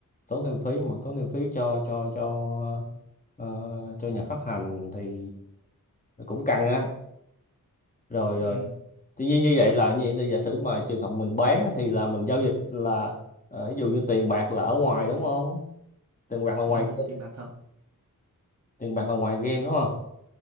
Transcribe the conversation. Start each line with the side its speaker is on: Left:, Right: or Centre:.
Left: tốn thêm phí mà tốn thêm phí cho cho cho ờ, cho nhà phát hành thì cũng căng á rồi rồi
Right: ừ
Left: tuy nhiên như vậy là như vậy thì giả sử mà trường hợp mình bán á, thì là mình giao dịch là ờ, ví dụ như tiền bạc là ở ngoài đúng không tiền bạc là ngoài
Right: ừ tiền bạc thật
Left: tiền bạc là ngoài game đúng không